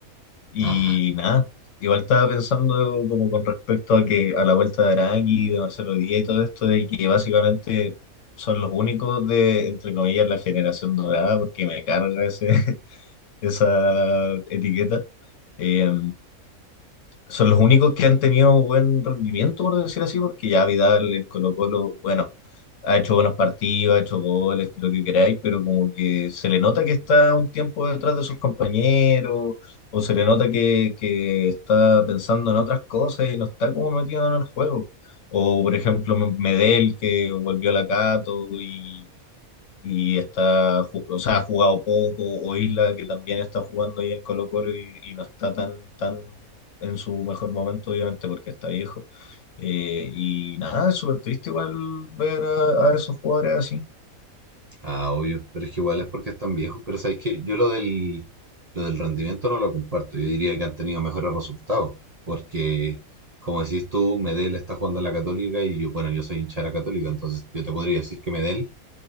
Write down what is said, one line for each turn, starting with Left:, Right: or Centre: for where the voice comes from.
Left: Y
Right: Ah,
Left: nada, igual estaba pensando como con respecto a que a la vuelta de Arangui, de Marcelo Díaz y todo esto, de que básicamente son los únicos de, entre comillas, la generación dorada, porque me carga ese, <laughs> esa etiqueta. Eh, son los únicos que han tenido buen rendimiento, por decir así, porque ya Vidal en Colo-Colo, bueno, ha hecho buenos partidos, ha hecho goles, lo que queráis, pero como que se le nota que está un tiempo detrás de sus compañeros, o se le nota que, que está pensando en otras cosas y no está como metido en el juego. O, por ejemplo, M- Medel, que volvió a la Cato y y está, ju- o sea, ha jugado poco, o Isla que también está jugando ahí en Colo-Colo y, y no está tan, tan en su mejor momento, obviamente, porque está viejo. Eh, y nada, es súper triste igual ver a, a esos jugadores así.
Right: Ah, obvio, pero es que igual es porque están viejos. Pero sabéis que yo lo del, lo del rendimiento no lo comparto. Yo diría que han tenido mejores resultados. Porque, como decís tú, Medel está jugando en la Católica y yo, bueno, yo soy hincha de la Católica, entonces yo te podría decir que Medel